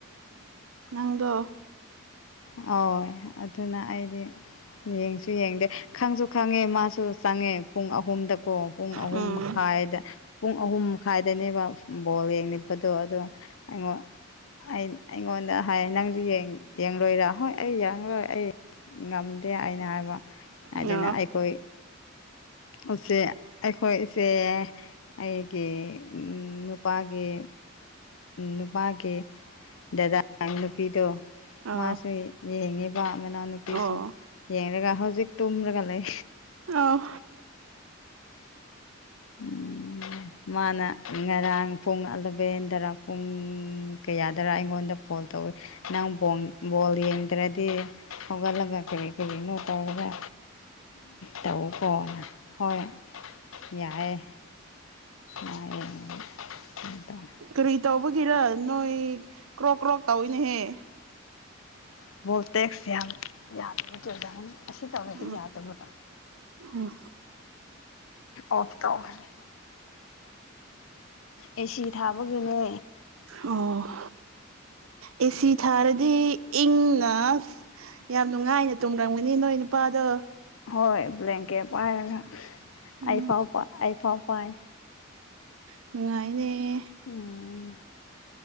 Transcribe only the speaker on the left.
ꯍ ꯑꯗꯨꯅ ꯑꯩꯗꯤ ꯌꯦꯡꯁꯨ ꯌꯦꯡꯗꯦ ꯈꯪꯁꯨ ꯈꯪꯉꯦ ꯃꯥꯁꯨ ꯆꯪꯉꯦ ꯄꯨꯡ ꯑꯍꯨꯝꯗ ꯑꯣ ꯄꯨꯡ ꯑꯍꯨꯝ
ꯃꯈꯥꯏꯗ ꯄꯨꯡ ꯑꯍꯨꯝ ꯃꯈꯥꯏꯗꯅꯦꯕ ꯕꯣꯜ ꯌꯦꯡꯅꯤꯡꯕꯗꯣ ꯑꯗꯨꯣꯉꯣꯟ ꯑꯩꯉꯣꯟꯗ ꯑꯦ ꯅꯪꯗꯤ ꯌꯦꯡꯂꯣꯏꯔꯥ ꯍꯣꯏ ꯑꯩ ꯌꯦꯡꯂꯣꯏ ꯑꯩ ꯉꯝꯗꯦ ꯑꯩꯅ ꯍꯥꯏꯕ
ꯑꯗꯨꯅ ꯑꯩꯈꯣꯏ ꯎꯆꯦ ꯑꯩꯈꯣꯏꯁꯦ ꯑꯩꯒꯤ ꯅꯨꯄꯥꯒꯤ ꯅꯨꯄꯥꯒꯤ ꯗꯗꯥ ꯑꯉꯥꯡ ꯅꯨꯄꯤꯗꯣ
ꯃꯥꯁꯨ ꯌꯦꯡꯉꯤꯕ ꯃꯅꯥꯎꯅꯨꯄꯤꯁꯨ
ꯌꯦꯡꯂꯡꯒ ꯍꯧꯖꯤꯛ ꯇꯨꯝꯔꯒ ꯂꯩ
ꯎꯝ ꯃꯥꯅ ꯉꯔꯥꯡ ꯄꯨꯡ ꯑꯂꯚꯦꯟꯗꯔ ꯄꯨꯡ ꯀꯌꯥꯗꯔ ꯑꯩꯉꯣꯟꯗ ꯕꯣꯜ ꯇꯧꯋꯤ ꯅꯪ ꯕꯣꯜ ꯌꯦꯡꯗ꯭ꯔꯗꯤ ꯍꯧꯒꯠꯂꯒ ꯀꯔꯤ ꯀꯔꯤꯅꯣ ꯇꯧꯔꯒ ꯇꯕꯨ ꯀꯣꯅ ꯍꯣꯏ ꯌꯥꯏꯑꯦ ꯃꯥꯅꯨꯡꯥꯏ ꯇꯧ
<unintelligible> ꯌꯥꯝ <unintelligible> ꯁꯤ ꯇꯃꯦꯗꯤ
ꯌꯥꯗꯕꯣ
ꯑꯣꯐ ꯇꯅꯤ ꯑꯦꯁꯤ ꯊꯥꯕꯒꯤꯅꯦ
ꯍꯣꯏ ꯕ꯭ꯂꯦꯡꯀꯦꯠ ꯄꯥꯏꯔꯒ
ꯑꯩ ꯐꯥꯎ ꯑꯩ ꯐꯥꯎ ꯄꯥꯏ
ꯎꯝ